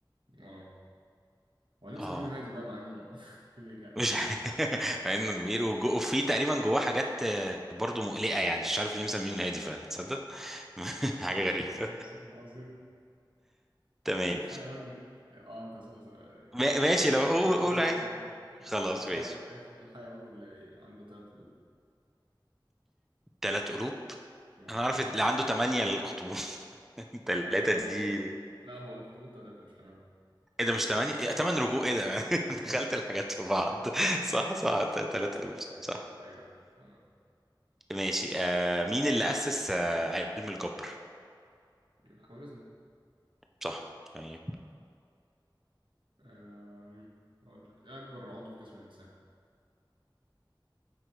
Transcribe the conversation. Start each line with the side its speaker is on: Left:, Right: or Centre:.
Right: أه وبعدين مسمينه
Centre: اه
Right: هادي بقى مع إنه <laughs> كبير يعني
Centre: مش عارف
Right: مش عارف
Centre: <laughs> مع انه كبير وجو- وفي تقريبا جواه حاجات آه، برضو مقلقه يعني مش عارف ليه مسمينه
Right: آه.
Centre: الهادي فعلا تصدق <laughs> حاجه غريبه
Right: عظيم عظيم
Centre: تمام
Right: إيه الحيوان ده؟ اه انت س- س-
Centre: ما- ماشي
Right: كانت- ما
Centre: لو قول
Right: دورك
Centre: قول
Right: انت
Centre: عادي
Right: دورك ماشي
Centre: خلاص
Right: إيه الحي...
Centre: ماشي
Right: إيه الح- إيه الحيوان اللي عنده ثلاث قلوب
Centre: تلات قلوب
Right: اه
Centre: انا عارف اللي عنده تمانية الاخطبوط <laughs> التلاتة
Right: لا هو
Centre: دي
Right: هو- لا هو الأخطبوط تلاتة مش تمانية
Centre: ايه ده مش تمانية إيه، تمن رجوع ايه ده <laughs> أنا دخلت الحاجات في بعض صح صح ت- تلات قلوب
Right: أيوه
Centre: صح
Right: أيوه تمام
Centre: ماشي آه مين اللي أسس آه علم الجبر
Right: الخوارزمي
Centre: صح تمام
Right: أم... أقول لك، إيه أكبر عضو في جسم الإنسان